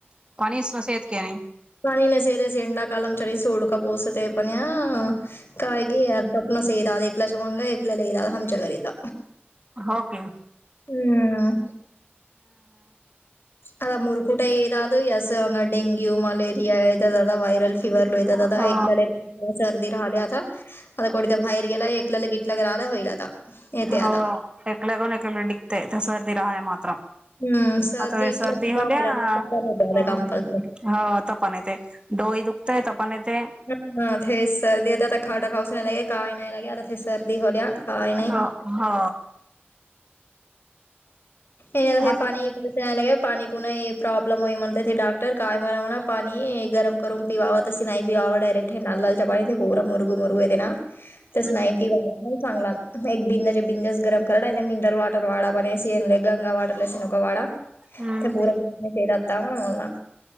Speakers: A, on the right; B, on the left.
A: पाणीस नसे येत कणी
B: पाणी नसे ते सेएंडा कालम चणी सोडका बोसते पणयं काय घेयत नसे दा एक लकलच्या एक ल ल द आमच्या घरीता
A: ओके.
B: हम् आ मुरकुटा एव दाद असं डेंग्यू, मलेरीया येता जाता व्हायरल. की भरलो येता
A: हो
B: जाता <inaudible> सर्दी राहिल्या आता आता कोणीत बाहेर गेला एकला घेतला लगितला राहिला होईल आता येते
A: हो
B: आता.
A: एकड गन एककडे टीकतयं तसं राहा मात्रा.
B: हं
A: आता
B: इतक्या
A: सर्दी
B: सुद्धा
A: होल्या
B: होईल आता कशाला येते आता
A: अ
B: कंपल्सरी.
A: ह तपण येतयं डोई दुखतयं तपण येते.
B: ह हा ते सर्दी हो आता खाटा खाऊस नाही लागे काय नाही लागे आता ते सर्दी होल्या काय
A: ह
B: नाही.
A: हा.
B: एणे
A: माझ
B: पाणी. का पाणी कु नाही प्रॉब्लेम होय म्हणतात ते हे डाक्टर काय म्हणा म्हणा पाणी गरम करून पिवा तशी नाही पिवाव डायरेक्ट हे न लालच्या पाणी ते पूरा मुरगू मुरगू येते ना.
A: <inaudible>
B: तसं नाही पिहू वा पण चांगला एक बिंद्याच्या बिंद्यास गरम कराला मिनरल वॉटर वाढा पण ले गंगा वाटर सनका वाड
A: हम्म
B: ते पूरतावा आ म्हला